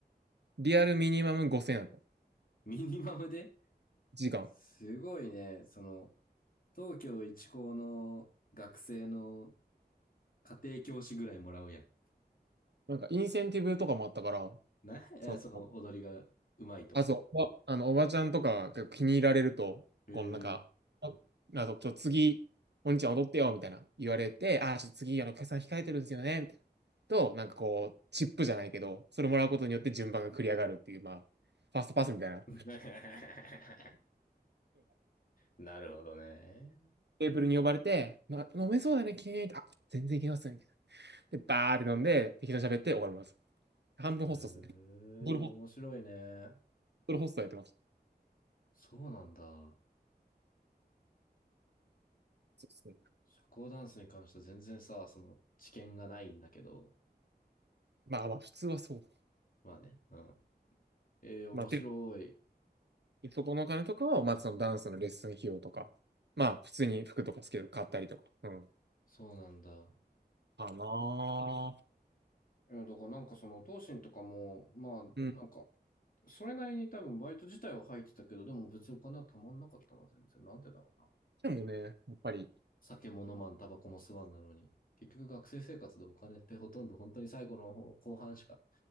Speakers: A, on the right; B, on the left.
A: リアルミニマム5000円だった。
B: ミニマムで
A: 時間。
B: すごいね。その、東京一高の学生の家庭教師ぐらいもらうやん。
A: なんかインセンティブとかもあったから、
B: な、えーその踊りがうまいと
A: その、あ、そう、おばあの、おばちゃんとかが結構気に入られると、
B: えー。
A: このなんか、あ、あそうちょ、次、お兄ちゃん踊ってよ、みたいな言われて、あ、ちょっと次、あの、決算控えてるんですよね、みたいな。と、なんかこう、チップじゃないけど、それもらうことによって順番が繰り上がるっていう、まあ、ファーストパスみたいな。
B: <laughs> なるほどね。
A: テーブルに呼ばれて、な飲めそうだね、君。あ、全然いけますね。で、バーって飲んで、適当に喋って終わります。半分ホストですね。
B: へえ、
A: ドルホ
B: 面白いね。
A: ドルホストやってます。
B: そうなんだ。
A: そうですね
B: 社交ダンスに関しては全然さ、その知見がないんだけど。
A: まあまあ、普通はそう。
B: まあね。うん。ええ、面白い。
A: まあ、てそこのお金とかは、まあ、そのダンスのレッスン費用とか、まあ、普通に服とかスケート買ったりとか、うん。
B: そうなんだ。
A: かなあ
B: いやだからなんかその、東進とかも、まあ、
A: うん。
B: なんか、それなりに多分バイト自体は入ってたけど、でも別にお金はたまんなかったな、全然。なんでだろうな。
A: でもね、やっぱり、
B: 酒も飲まん、タバコも吸わんなのに。結局学生生活でお金ってほとんど本当に最後の方、後半しか